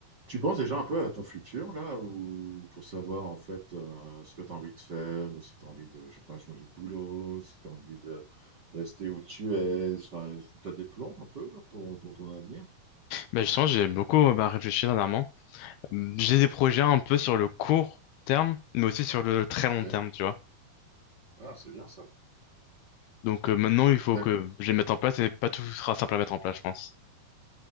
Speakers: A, on the right; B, on the left.
A: Tu penses déjà un peu à ton futur, là, ou pour savoir en fait euh, ce que tu as envie de faire, ou si tu as envie de, je sais pas, changer de boulot, si tu as envie de rester où tu es, enfin, tu as des plans un peu là, pour, pour ton avenir?
B: Bah justement, j'ai beaucoup euh, bah, réfléchi dernièrement. J'ai des projets un peu sur le court terme, mais aussi sur le très long
A: Ouais.
B: terme, tu vois.
A: Ah, c'est bien ça.
B: Donc euh, maintenant, il faut
A: T'as-
B: que je les mette en place et pas tout sera simple à mettre en place, je pense.